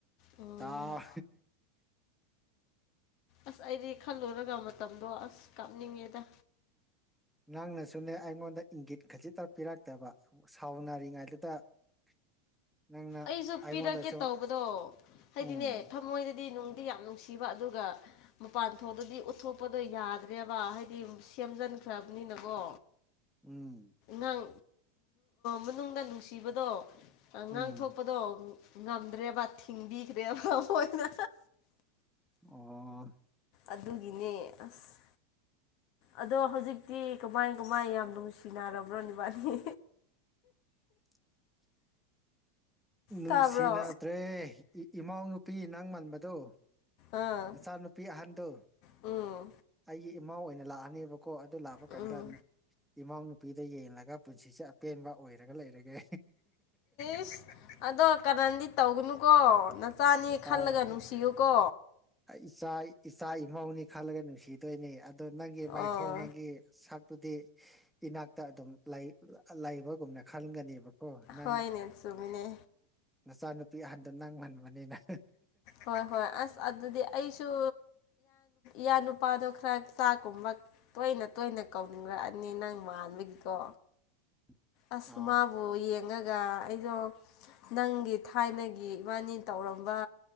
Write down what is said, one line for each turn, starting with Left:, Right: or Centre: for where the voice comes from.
Left: ꯎꯝ
Centre: ꯇ
Left: ꯑꯁ ꯑꯩꯗꯤ ꯈꯜꯂꯣꯏꯨꯔꯒ ꯃꯇꯝꯗꯣ ꯑꯁ ꯀꯥꯞꯅꯤꯡꯉꯦꯗ
Centre: ꯅꯪꯅꯁꯨꯅꯦ ꯑꯩꯉꯣꯟꯗ ꯏꯪꯒꯤꯠ ꯈꯖꯤꯛꯇ ꯄꯤꯔꯛꯇꯕ ꯁꯥꯎꯅꯔꯤꯉꯩꯗꯨꯗ <inaudible>
Left: ꯑꯩꯁꯨ
Centre: ꯑꯩꯉꯣꯟꯗꯁꯨ
Left: ꯄꯤꯔꯛꯀꯦ ꯇꯧꯕꯗꯣ ꯍꯥꯏꯗꯤꯅꯦ
Centre: ꯎꯝ
Left: ꯊꯝꯃꯣꯏꯗꯗꯤ ꯌꯥꯝ ꯅꯨꯡꯁꯤꯕ ꯑꯗꯨꯒ ꯃꯄꯥꯟ ꯊꯣꯛꯇꯗꯤ ꯎꯠꯊꯣꯛꯄꯗꯣ ꯌꯥꯗ꯭ꯔꯦꯕ ꯍꯥꯏꯗꯤ ꯁꯦꯝꯖ ꯈ꯭ꯔꯥꯕꯅꯤ ꯅꯀꯣ
Centre: ꯎꯝ
Left: ꯅꯪ ꯃꯅꯨꯡꯗ ꯅꯨꯡꯁꯤꯕꯗꯣ
Centre: ꯎꯝ
Left: ꯉꯥꯡꯊꯣꯛꯄꯗꯣ ꯉꯝꯗ꯭ꯔꯦꯕ ꯊꯤꯡꯕꯤꯈ꯭ꯔꯦꯕ ꯃꯣꯏꯅ
Centre: ꯑꯣ
Left: ꯑꯗꯨꯒꯤꯅꯦ ꯑꯁ ꯑꯗꯣ ꯍꯧꯖꯤꯛꯇꯤ ꯀꯃꯥꯏ ꯀꯃꯥꯏ ꯌꯥꯝ ꯅꯨꯡꯁꯤꯅꯔꯕ꯭ꯔꯣ ꯕꯥꯅꯤ
Centre: <inaudible> <inaudible> ꯅꯨꯡꯁꯤꯅꯗ꯭ꯔꯦ
Left: ꯇꯥꯕ꯭ꯔꯣ
Centre: ꯏꯃꯎ ꯅꯨꯨꯄꯤ ꯅꯪ ꯃꯟꯕꯗꯣ
Left: ꯑꯥ
Centre: ꯅꯆꯥꯅꯨꯄꯤ ꯑꯍꯟꯗꯨ
Left: ꯎꯝ
Centre: ꯑꯩꯒꯤ ꯏꯃꯥ ꯑꯣꯏꯅ ꯂꯥꯛꯑꯅꯦꯕ ꯀꯣ ꯑꯗꯨ ꯂꯥꯛꯄ
Left: ꯎꯝ
Centre: ꯀꯥꯟꯗ ꯏꯃꯥ ꯅꯨ ꯅꯨꯄꯤꯗ ꯌꯦꯡꯂꯒ ꯄꯨꯟꯁꯤꯁꯦ ꯑꯄꯦꯟꯕ ꯑꯣꯏꯔꯒ ꯂꯩꯔꯒꯦ
Left: ꯏꯁ ꯑꯗꯣ ꯀꯅꯥꯗꯤ ꯇꯧꯒꯅꯨꯀꯣ ꯅꯆꯥꯅꯤ
Centre: ꯇꯧꯔ
Left: ꯈꯜꯂꯒ ꯅꯨꯡꯁꯤꯌꯨꯀꯣ
Centre: ꯏꯆꯥ ꯏꯆꯥ ꯏꯃꯧꯅꯤ ꯈꯜꯂꯒ ꯅꯨꯡꯁꯤꯗꯣꯏꯅꯤ ꯑꯗꯨꯗꯣ ꯅꯪꯒꯤ ꯃꯥꯏꯊꯣꯡ
Left: ꯑꯣ
Centre: ꯅꯪꯒꯤ ꯁꯛ ꯇꯨꯗꯤ ꯏꯅꯥꯛꯇ ꯑꯗꯨꯝ ꯂꯩꯕꯒꯨꯝꯅ ꯈꯟꯒꯅꯦꯕ ꯀꯣ ꯅꯪ
Left: ꯍꯣꯏꯅꯦ ꯆꯨꯝꯃꯤꯅꯦ
Centre: ꯅꯆꯥꯅꯨꯄꯤ ꯑꯍꯟꯗ ꯅꯪ ꯍꯟꯕꯅꯤꯅ
Left: ꯍꯣꯏ ꯍꯣꯏ ꯑꯁ ꯑꯗꯨꯗꯤ ꯑꯩꯁꯨ ꯏ ꯅꯨꯄꯥꯗꯣ ꯈꯔ ꯆꯥꯛꯀꯨꯝꯕ ꯇꯣꯏꯅ ꯇꯣꯏꯅ ꯀꯧꯅꯤꯡꯔꯛꯑꯅꯤ ꯅꯪ ꯃꯥꯟꯕꯒꯤꯀꯣ
Centre: <inaudible>
Left: ꯑꯁꯃꯥꯕꯨꯣ
Centre: ꯑ
Left: ꯌꯦ ꯆꯪꯉꯒ ꯑꯩꯗꯣ ꯅꯪꯒꯤ ꯊꯥꯏꯅꯒꯤ ꯏꯕꯥꯅꯤ ꯇꯧꯔꯝꯕ